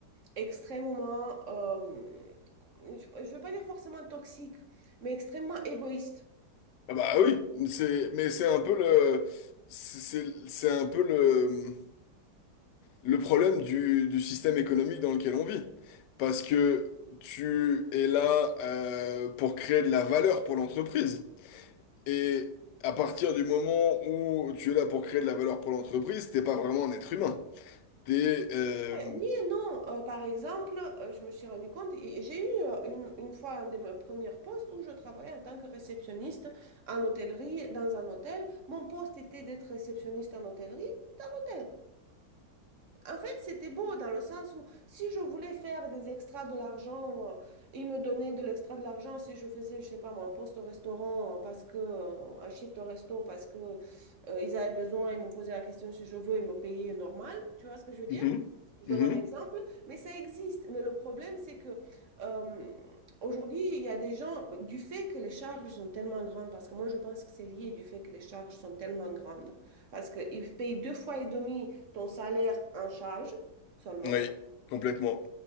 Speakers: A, on the right (about 50°); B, on the left (about 80°).
A: extrêmement, euh, je ne veux pas dire forcément toxiques, mais extrêmement égoïstes.
B: Ah bah oui, c'est, mais c'est un peu le, c'est, c'est un peu le, le problème du, du système économique dans lequel on vit. Parce que tu es là euh, pour créer de la valeur pour l'entreprise. Et à partir du moment où tu es là pour créer de la valeur pour l'entreprise, t'es pas vraiment un être humain. T'es... euh,
A: Ouais, Oui et non. Euh, par exemple, euh, je me suis rendu compte, et et j'ai eu euh, une, une fois un de mes premiers postes où je travaillais en tant que réceptionniste en hôtellerie, dans un hôtel. Mon poste était d'être réceptionniste en hôtellerie, dans l'hôtel. En fait, c'était beau dans le sens où si je voulais faire des extras de l'argent, euh, ils me donnaient de l'extra de l'argent si je faisais, je sais pas moi, un poste au restaurant euh, parce que euh, un shift au resto parce que euh, ils avaient besoin, ils m'ont posé la question si je veux, ils me payaient normal, tu vois ce que je veux
B: mhm,
A: dire? Je
B: mhm,
A: donne un exemple, mais ça existe. Mais le problème, c'est que euh, aujourd'hui, il y a des gens, du fait que les charges sont tellement grandes, parce que moi, je pense que c'est lié du fait que les charges sont tellement grandes. Parce qu'ils payent deux fois et demi ton salaire en charge seulement.
B: oui, complètement.